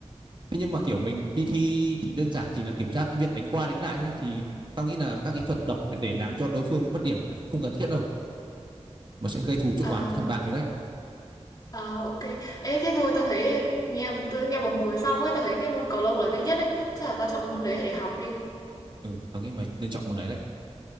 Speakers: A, on the right; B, on the left.
A: thế nhưng mà kiểu mình đi thi thì đơn giản chỉ là kiểm tra cái việc đánh qua đánh lại thôi thì tao nghĩ là các kỹ thuật đập để làm cho đối phương bị mất điểm không cần thiết đâu mà sẽ gây thù chuốc
B: À,
A: oán với thằng bạn mới đấy
B: à ok. Ê thế thôi tao thấy nghe tự nghe một hồi xong ấy tao thấy cái môn cầu lông là dễ nhất đấy. Chắc là tao chọn môn đấy để học đi.
A: ừ tao nghĩ mày nên chọn môn đấy đấy